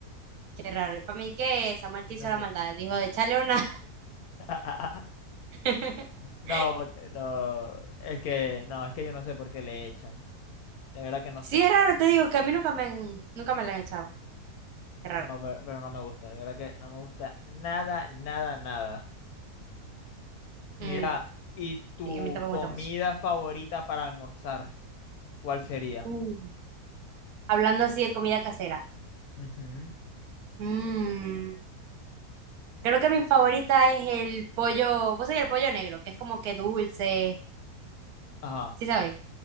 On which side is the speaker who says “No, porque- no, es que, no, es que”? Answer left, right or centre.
Left